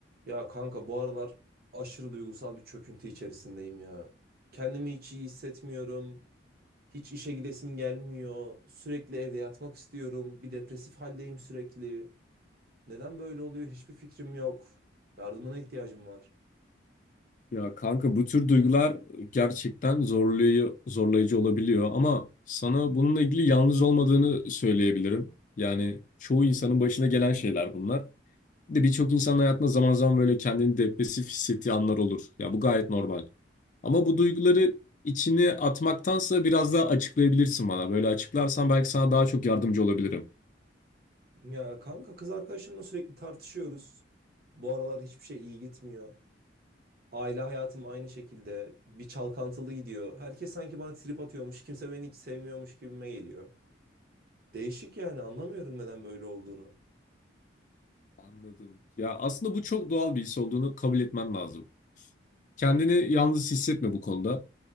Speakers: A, on the right; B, on the left.
A: Ya kanka bu aralar aşırı duygusal bir çöküntü içerisindeyim ya. Kendimi hiç iyi hissetmiyorum. Hiç işe gidesim gelmiyor. Sürekli evde yatmak istiyorum. Bir depresif haldeyim sürekli. Neden böyle oluyor hiçbir fikrim yok. Yardımına ihtiyacım var.
B: Ya kanka bu tür duygular gerçekten zorlayıcı, zorlayıcı olabiliyor ama sana bununla ilgili yalnız olmadığını söyleyebilirim. Yani çoğu insanın başına gelen şeyler bunlar. Bir de birçok insanın hayatında zaman zaman böyle kendini depresif hissettiği anlar olur. Ya bu gayet normal. Ama bu duyguları içine atmaktansa biraz daha açıklayabilirsin bana. Böyle açıklarsan belki sana daha çok yardımcı olabilirim.
A: Ya kanka kız arkadaşımla sürekli tartışıyoruz. Bu aralar hiçbir şey iyi gitmiyor. Aile hayatım aynı şekilde. Bir çalkantılı gidiyor. Herkes sanki bana trip atıyormuş. Kimse beni hiç sevmiyormuş gibime geliyor. Değişik yani anlamıyorum neden böyle olduğunu.
B: Anladım. Ya aslında bu çok doğal bir his olduğunu kabul etmen lazım. Kendini yalnız hissetme bu konuda.